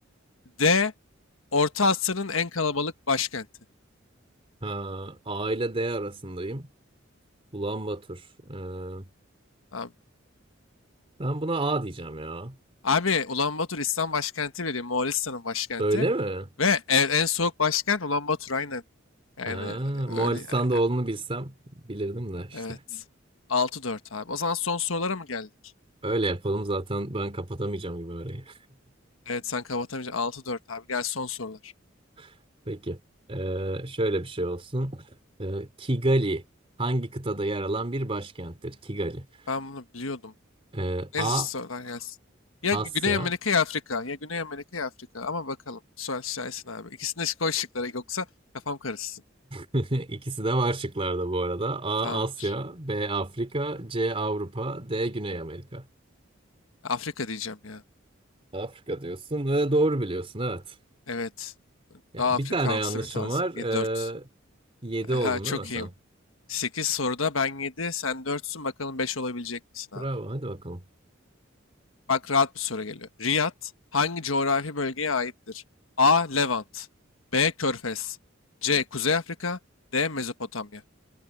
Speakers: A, on the left; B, on the right.
A: D. Orta Asya'nın en kalabalık başkenti.
B: Ha, A ile D arasındayım. Ulanbatur. Ee,
A: Abi,
B: ben buna A diyeceğim ya.
A: abi Ulanbator İslam başkenti bile değil, Moğolistan'ın başkenti.
B: Öyle mi?
A: Ve e- en soğuk başkent Ulanbator aynen. Yani
B: Ha,
A: e,
B: Moğolistan'da
A: öyle yani,
B: olduğunu bilsem bilirdim de işte.
A: e, evet. Altı dört abi. O zaman son sorulara mı geldik?
B: Öyle yapalım zaten ben kapatamayacağım gibi orayı.
A: Evet sen kapatamayacaksın. altı dört abi. Gel son sorular.
B: <laughs> Peki. Ee, şöyle bir şey olsun. Ee, Kigali hangi kıtada yer alan bir başkenttir? Kigali.
A: Ben bunu biliyordum.
B: Ee,
A: Neyse
B: A.
A: sorular gelsin. Ya
B: Asya
A: Güney Amerika ya Afrika. Ya Güney Amerika ya Afrika. Ama bakalım. Sual şahisin abi. İkisini de koy şıklara. Yoksa kafam karışsın.
B: <laughs> İkisi de var şıklarda bu arada. A.
A: Tamamdır.
B: Asya, B. Afrika, C. Avrupa, D. Güney Amerika.
A: Afrika diyeceğim ya.
B: Afrika diyorsun ve doğru biliyorsun evet.
A: Evet.
B: Yani
A: Daha Afrikansı
B: bir tane yanlışım
A: bir tarz.
B: var. Ee,
A: yedi dört
B: 7
A: E,
B: oldun
A: Ha, çok
B: değil mi sen?
A: iyiyim. sekiz soruda ben 7 sen 4'sün. Bakalım 5 olabilecek misin
B: Bravo
A: abi?
B: hadi bakalım.
A: Bak rahat bir soru geliyor. Riyad hangi coğrafi bölgeye aittir? A. Levant. B. Körfez. C. Kuzey Afrika. D. Mezopotamya.